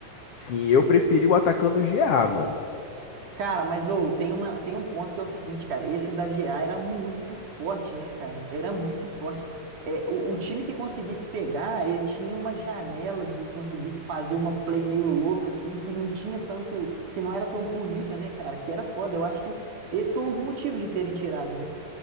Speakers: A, on the left (about 55°); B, on the right (about 65°).
A: sim, eu preferi o atacante do GA, mano.
B: Cara, mas ô, tem uma, tem um ponto que é o seguinte, cara. Esse da GA era muito forte, né, cara? Era muito forte. É, o, o time que conseguisse pegar, ele tinha uma janela de conseguir fazer uma play meio louca, assim, que não tinha tanto, que não era tão punida, né, cara? Que era foda. Eu acho que esse foi um dos motivos de terem tirado, né?